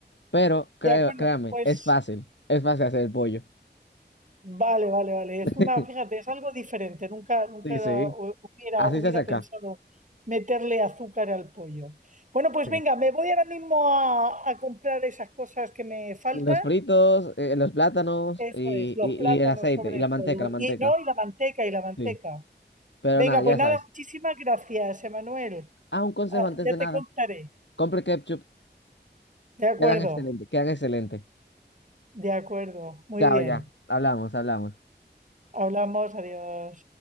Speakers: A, on the left; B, on the right.
A: Pero creo,
B: De acuerdo,
A: créame,
B: pues
A: es fácil. Es fácil hacer el pollo.
B: vale, vale, vale. Es
A: <laughs>
B: una, fíjate, es algo diferente. Nunca, nunca
A: Sí, sí.
B: hu- hubiera,
A: Así
B: hubiera
A: se hace acá.
B: pensado meterle azúcar al pollo. Bueno, pues
A: Sí.
B: venga, me voy ahora mismo a, a comprar esas cosas que me faltan.
A: Los fritos, eh, los plátanos
B: Eso
A: y,
B: es, los
A: y,
B: plátanos
A: y el aceite
B: sobre
A: y la manteca,
B: todo.
A: la manteca.
B: Y no, y la manteca, y la manteca.
A: Sí. Pero
B: Venga,
A: nada,
B: pues
A: ya
B: nada,
A: sabes.
B: muchísimas gracias, Emanuel.
A: Ah, un consejo
B: Ah,
A: antes
B: ya
A: de
B: te
A: nada.
B: contaré.
A: Compre ketchup.
B: De acuerdo,
A: Quedan excelentes, quedan excelentes.
B: de acuerdo. Muy
A: Chao,
B: bien.
A: ya. Hablamos, hablamos.
B: Hablamos, adiós.